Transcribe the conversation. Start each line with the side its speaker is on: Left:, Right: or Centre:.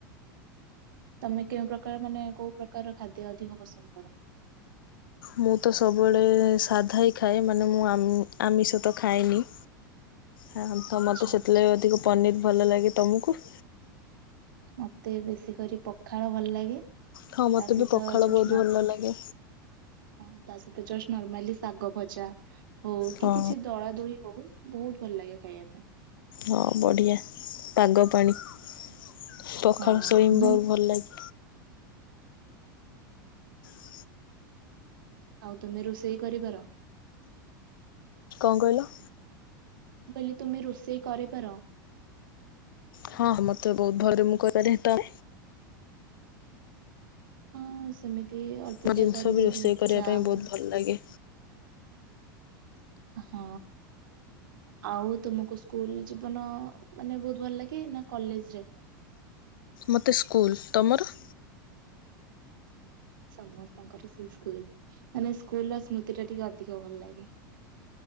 Right: ତମେ କେଉଁ ପ୍ରକାର ମାନେ କୋଉ ପ୍ରକାର ପ୍ରକାର ଖାଦ୍ୟ ଅଧିକ ପସନ୍ଦ କର?
Left: ମୁଁ ତ ସବୁବେଳେ ସାଧା ହିଁ ଖାଏ। ମାନେ ମୁଁ ଆମ୍ ଆମିଷ ତ ଖାଏନି। ହଁ ତ
Right: ଆଚ୍ଛା
Left: ମତେ ସେଥିଲାଗି ଅଧିକ ପନିର ଭଲ ଲାଗେ। ତମକୁ?
Right: ମତେ ବେଶୀ କରି ପଖାଳ ଭଲ ଲାଗେ।
Left: ହଁ ମୋତେ
Right: ତା ସହିତ
Left: ବି ପଖାଳ
Right: ଯଷ୍ଟ
Left: ବହୁତ ଭଲ
Right: ହଁ
Left: ଲାଗେ
Right: ତା ସହିତ ଜଷ୍ଟ ନର୍ମାଲି ଶାଗ ଭଜା ହଉ
Left: ହଁ
Right: କି କିଛି ଦଳା ଦଳି ହଉ ବହୁତ ଭଲ ଲାଗେ ଖାଇବା ପାଇଁ।
Left: ହଁ ବଢ଼ିଆ ପାଗ ପାଣି ପଖାଳ
Right: ହଁ।
Left: ଶୋଇମି ବହୁତ ଭଲ ଲାଗେ। ହ।
Right: ଆଉ ତୁମେ ରୋଷେଇ କରିପାର?
Left: କଣ କହିଲ?
Right: ମୁଁ କହିଲି ତୁମେ ରୋଷେଇ କରିପାର?
Left: ହଁ ମତେ ବହୁତ ଭଲରେ ମୁଁ କରିପାରେ ତ
Right: ହଁ ସେମିତି ଅଳ୍ପିକା
Left: ମୋ ଜିନିଷ
Right: କରିଦିଏ
Left: ବି ରୋଷେଇ
Right: ଯେମିତି
Left: କରିବା
Right: ଚା
Left: ପାଇଁ ବହୁତ
Right: ହଉ
Left: ଲାଗେ।
Right: ହଁ। ଆଉ ତୁମକୁ ସ୍କୁଲ ଜୀବନ ମାନେ ବହୁତ ଭଲ ଲାଗେ ନା କଲେଜରେ?
Left: ମୋତେ ସ୍କୁଲ ତମର?
Right: ସମସ୍ତଙ୍କର ସେଇ ସ୍କୁଲ ମାନେ ସ୍କୁଲର ସ୍ମୃତି ଟା ଟିକେ ଅଧିକ ଭଲ ଲାଗେ।